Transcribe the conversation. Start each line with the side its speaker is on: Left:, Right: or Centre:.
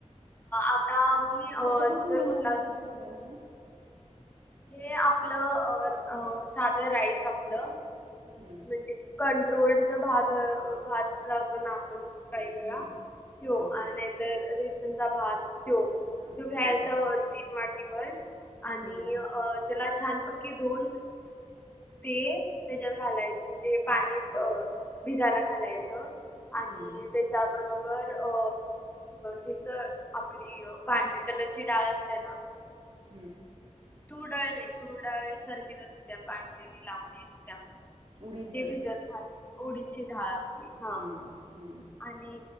Left: आता मी
Right: कशापासून
Left: जर
Right: बनवले
Left: कुठला
Right: जातात हे पदार्थ.
Left: हे आपल अ साध राईस आपलं
Right: हं.
Left: म्हणजे कंट्रोल्डच भात- भात लावतो ना आपण काही वेळा
Right: हं.
Left: त्यो
Right: हां,
Left: नाहीतर रेशनचा भात त्यो
Right: हां,
Left: तो घ्यायचा
Right: हां.
Left: व तीन वाटीभर आणि
Right: हं.
Left: अ त्याला छानपक्की धुऊन ते त्याच्यात घालायच म्हणजे पाणीत भिजायला घालायचं. आणि
Right: हं,
Left: त्याच्याबरोबर अ हेच आपली पांढरी कलरची डाळ असते ना
Right: हम्म.
Left: तुरडाळ नाही, तुरडाळसारखी असत्या पांढरीली लांबीच्या
Right: उडीद
Left: ती
Right: डाळ.
Left: भिजत घालं उडीदची डाळ
Right: हम्म
Left: हा
Right: हम्म.
Left: आणि